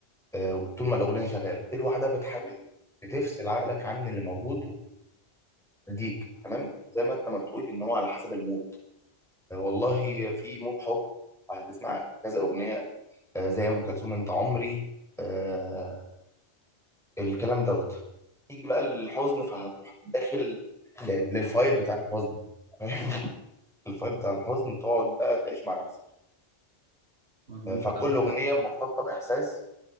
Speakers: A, in the centre; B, on the right (about 90°).
A: آه، طول ما الاغنيه شغاله دي لوحدها بتحاول بتفصل عقلك عن اللي موجود وبتديك تمام زي ما انت ما بتقول ان هو على حسب المود آه، والله في مود حب هتسمع كذا اغنيه آه، زي ام كلثوم انت عمري آه، الكلام دوت يجي بقى الحزن فهتروح داخل ل- للفايل بتاع الحزن <laughs> الفايل بتاع الحزن تقعد بقى تعيش مع نفسك
B: مظبوط
A: آه، فكل
B: عندك
A: اغنيه
B: حق
A: مرتبطه باحساس